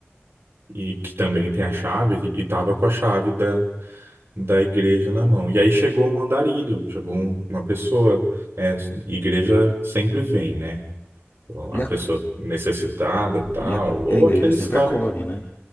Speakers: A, on the right; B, on the left.
A: e que também tem a chave e tava com a chave da da igreja na mão. E aí chegou um andarilho, chegou um- uma pessoa, né? Igreja sempre vem, né? Então,
B: E
A: A
B: a,
A: pessoa necessitada, tal,
B: e a,
A: ou
B: e a igreja
A: aqueles
B: sempre
A: caras,
B: acolhe, né?